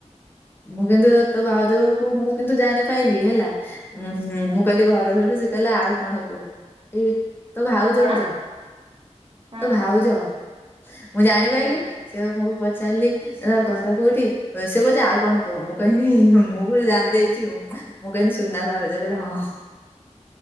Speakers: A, on the left; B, on the right.
A: ମୁଁ କିନ୍ତୁ ତୋ ଭାଉଜକୁ ମୁଁ କିନ୍ତୁ ଜାଣିପାଇଲି ହେଲା ଉୁଁ ହୁଁ ମୁଁ କହିଲି ଘର କୋଉଠି ସେ କହିଲା ଆଉ କଣ କୁହ? ଏଇ ତୋ ଭାଉଜକୁ
B: କଣ
A: ଯା
B: ହଁ
A: ତୋ ଭାଉଛ ମୁଁ ଜାଣିପାରିଲି
B: ହୁଁ
A: ସେ ଆଉ ମୁଁ ପଚାରିଲି ଘର କୋଉଠି ସେ କହୁଛି ଆଉ କଣ କୁହ, ମୁଁ କହିଲି ମୁଁ କହିଲି ଜାଣିଦେଇଚି ମୁଁ କହିଲି ସୁନା ଭାଉ ସେ କହିଲେ ହଁ।